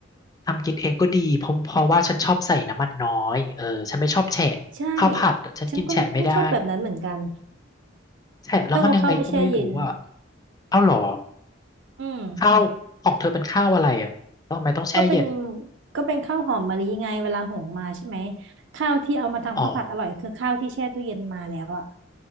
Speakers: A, on the left (about 20°); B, on the right (about 65°).
A: ทำกินเองก็ดีเพราะเพราะว่าฉันชอบใส่น้ำมันน้อยเออฉันไม่ชอบแฉะ
B: ใช่
A: ข้าวผัดฉันกินแฉะไม่ได้
B: ฉันก็ไม่ไม่ชอบแบบนั้นเหมือนกัน
A: แฉะแล้วมันยังไงก็ไม่รู้อ่ะ
B: เพิ่งเอาข้าวไปแช่เย็น
A: เอาเหรอ
B: อืม
A: ข้าวของเธอเป็นข้าวอะไรอ่ะแล้วทำไมต้องแช่เย็น
B: ก็เป็นก็เป็นข้าวหอมมะลิไงเวลาหุงมาใช่ไหมข้าวที่เอามาทำข้าวผัดอร่อยคือข้าวที่แช่ตู้เย็นมาแล้วอ่ะ
A: อ๋อ